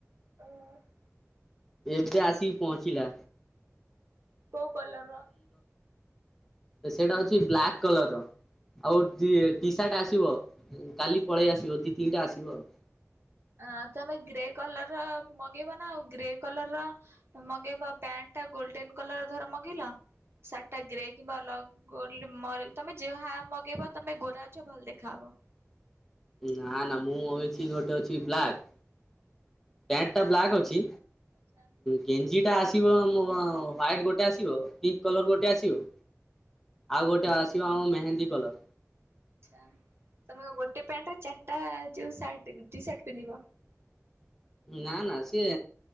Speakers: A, on the right; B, in the centre.
A: <unintelligible>
B: ଏବେ ଆସିକି ପହଞ୍ଚିଲା।
A: କୋଉ କଲର ର?
B: ତ ସେଇଟା ଅଛି ବ୍ଲାକ୍ କଲର ର। ଆଉ ଟି ସାର୍ଟ ଆସିବ, କାଲି ପଳେଇ ଆସିବ, ଦି ତିନିଟା ଆସିବ ଆଉ।
A: ଆ ତମେ ଗ୍ରେ କଲର ର ମଗେଇବ ନା, ଆଉ ଗ୍ରେ କଲର ର ମଗେଇବା ପ୍ୟାଣ୍ଟ ଟା ଗୋଲଡେନ କଲର ଧର ମଗେଇଲ, ସାର୍ଟ ଟା ଗ୍ରେ କିମ୍ବା ଅଲଗ ଗୋଲଡ ମଲ, ତମେ ଯାହା ମଗେଇବ ତମେ ଗୋରା ଅଛ, ଭଲ ଦେଖାହବ।
B: ନା ନା, ମୁଁ ମଗେଇଛି ଗୋଟେ ଅଛି ବ୍ଲାକ୍, ପ୍ୟାଣ୍ଟ ଟା ବ୍ଲାକ୍ ଅଛି
A: ଆଚ୍ଛା
B: ଗେଞ୍ଜି ଟା ଆସିବ ମୋ, ହ୍ୱାଇଟ ଗୋଟେ ଆସିବ, ପିଙ୍କ କଲର ଗୋଟେ ଆସିବ।
A: ଆଚ୍ଛା
B: ଆଉ ଗୋଟେ ଆସିବ ଆମ ମେହେନ୍ଦୀ କଲର।
A: ଆଛା, ତମେ ଗୋଟେ ପ୍ୟାଣ୍ଟରେ ଚାରିଟା ଯୋଉ ସାର୍ଟ ଟିସାର୍ଟ ପିନ୍ଧିବ?
B: ନା ନା, ସିଏ